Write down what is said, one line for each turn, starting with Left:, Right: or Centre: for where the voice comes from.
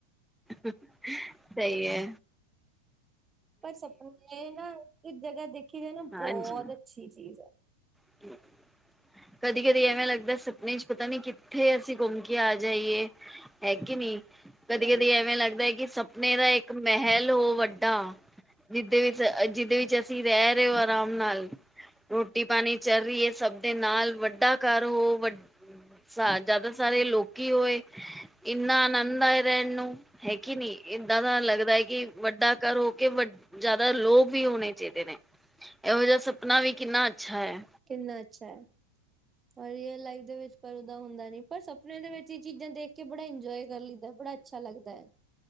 Centre: ਸਹੀ ਐ
Right: ਪਰ ਸਪਨੇ ਨਾ ਇੱਕ ਜਗ੍ਹਾ ਦੇਖੀ ਜਾਏ ਨਾ,
Centre: ਹਾਂਜੀ
Right: ਬਹੁਤ ਅੱਛੀ ਚੀਜ਼ ਆ।
Centre: <inaudible> ਕਦੀ-ਕਦੀ ਐਵੇਂ ਲੱਗਦਾ ਸੁਪਨੇ ਚ ਪਤਾ ਨੀ, ਕਿੱਥੇ ਅਸੀਂ ਘੁੰਮ ਕੇ ਆ ਜਾਈਏ। ਹੈਂ ਕੀਂ ਨੀ ਕਦੀ-ਕਦੀ
Right: ਵਹੀ
Centre: ਐਵੇਂ ਲੱਗਦਾ ਕਿ ਸਪ ਮੇਰਾ ਇੱਕ ਮੇਹਲ ਹੋ ਵੱਡਾ ਜਿਦੇ ਵਿੱਚ-ਜਿਦੇ ਵਿੱਚ ਅਸੀਂ ਰੇਅ ਰਏਓ ਆਰਾਮ ਨਾਲ ਰੋਟੀ ਪਾਨੀ ਚੱਲ ਰਹੀਏ, ਸਭ ਦੇ ਨਾਲ ਵੱਡਾ ਘਰ ਹੋ, ਵਡ ਸਾ ਜਿਆਦਾ ਸਾਰੇ ਲੋਕੀ ਹੋਏ, ਇੰਨਾ ਆਨੰਦ ਆਏ ਰਹਿਨ ਨੂੰ ਹੈਂ ਕੀਂ ਨੀ ਏਦਾਂ ਦਾ ਲੱਗਦਾ ਐ, ਕਿ ਵੱਡਾ ਘਰ ਹੋਕੇ ਵੱਡ ਜਿਆਦਾ ਲੋਕ ਵੀ ਹੋਨੇ ਚਾਹੀਦੇ ਨੇ, ਏਹੋ ਜੇਹਾ ਸਪਨਾ ਵੀ ਕਿੰਨਾ ਅੱਛਾ ਐ।
Right: ਕਿੰਨਾ ਅੱਛਾ ਐ। ਰੇਅਲ ਲਾਈਫ ਦੇ ਵਿੱਚ ਪਰ ਉਦਾ ਹੁੰਦਾ ਨੀ, ਪਰ ਸਪੇਨੇ ਦੇ ਵਿੱਚ ਹੀ ਚੀਜ਼ਾਂ ਦੇਖ ਕੇ ਬੜਾ ਇੰਜੋਏ ਕਰ ਲੈਈਦਾ ਬੜਾ ਅੱਛਾ ਲੱਗਦਾ ਐ